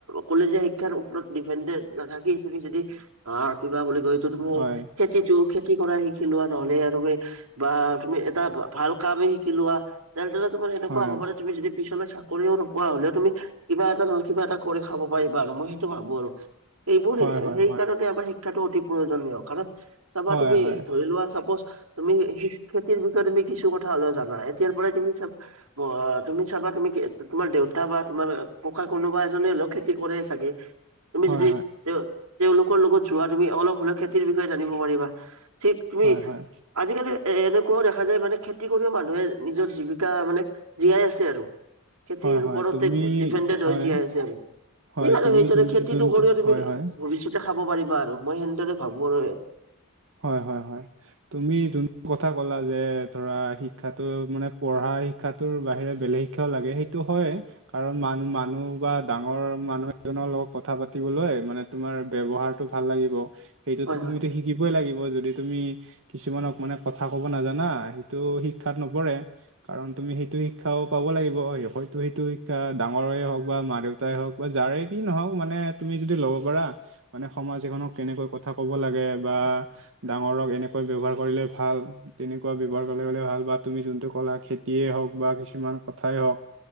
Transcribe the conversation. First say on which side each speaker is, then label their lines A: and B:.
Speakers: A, on the right (about 85°); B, on the right (about 60°).
A: কলেজীয়া শিক্ষাৰ ওপৰত ডিপেন্দেণ্ড নাথাকি তুমি যদি আঁ কিবা বুলি কৈটো তুমি
B: হয়
A: খেতিটো খেতি কৰা শিকি লোৱা। নহলে আৰু সেই বা তুমি এটা ভা ভাল কামেই শিকি লোৱা। তেনেদৰে তোমাৰ সেনেকুৱা
B: হয় হয়
A: হ'ব পাৰে তুমি যদি পিছলৈ চাকৰিও নোপোৱা। হ'লেও তুমি কিবা এটা নহয় কিবা এটা কৰি খাব পাৰিবা আৰু মই সেইটো ভাৱোঁ আৰু। এইবোৰ
B: হয়
A: সে
B: হয়
A: সেই
B: হয়
A: কাৰণে আমাৰ শিক্ষাটো অতি প্ৰয়োজনীয় কাৰণ
B: হয়
A: চাবা তুমি,
B: হয়
A: ধৰিলোৱা চাপোছ তুমি খেতিৰ বিষয়ে তুমি কিছু কথা হ'লেও জানা। এতিয়াৰ পৰাই তুমি চাবা বা তুমি চাবা তুমি কে তোমাৰ দেউতা বা তোমাৰ ককা কোনোবা এজনে হ'লেও খেতি কৰে চাগে? তুমি
B: হয় হয়
A: যদি তেওঁ তেওঁলোকৰ লগত যোৱা তুমি অলপ হ'লেও খেতিৰ বিষয়ে জানিব পাৰিবা। ঠিক তুমি
B: হয় হয়
A: আজিকালি এ এনেকুৱাও দেখা যায় মানে খেতি কৰিও মানুহে নিজৰ জীৱিকা মানে জীয়াই আছে আৰু। খেতিৰ
B: হয় হয়
A: ওপৰতে
B: তুমি
A: ডিপেণ্ডেত
B: হয়
A: হৈ জীয়াই আছে আৰু।
B: হয়
A: ঠিক আৰু
B: তুমি
A: সেইদৰে
B: যোনটো
A: খেতিটো
B: যোনটো
A: কৰিও তুমি
B: হয় হয়
A: ভৱিষ্যতে খাব পাৰিবা আৰু। মই সেনেদৰে ভাৱোঁ আৰু।
B: হয়, হয় হয়। তুমি যোনটো কথা ক'লা যে ধৰা শিক্ষাটো মানে পঢ়া শিক্ষাটোৰ বাহিৰে বেলেগ শিক্ষাও লাগে। সেইটো হয় কাৰণ মান মানুহ বা ডাঙৰ মানুহ এজনৰ লগত কথা পাতিবলৈ মানে তোমাৰ ব্যৱহাৰটো ভাল লাগিব। সেইটোতো
A: হয়
B: তুমিতো শিকিবই লাগিব। যদি তুমি কিছুমানক মানে কথা ক'ব নাজানা। সেইটো শিক্ষাত নপৰে। কাৰণ তুমি সেইটো শিক্ষ শিক্ষাও পাব লাগিব। হয়তো সেইটো শিক্ষা ডাঙৰৰে হওক বা মা-দেউতাই হওক বা যাৰে কি নহওক মানে তুমি যদি ল'ব পাৰা। মানে সমাজ এখনক কেনেকৈ কথা ক'ব লাগে বা ডাঙৰক এনেকৈ ব্যৱহাৰ কৰিলে ভাল তেনেকুৱা ব্যৱহাৰ ক'লে গ'লে মানে ভাল বা তুমি যোনটো ক'লা, খেতিয়ে হওঁক বা কিছুমান কথাই হওঁক।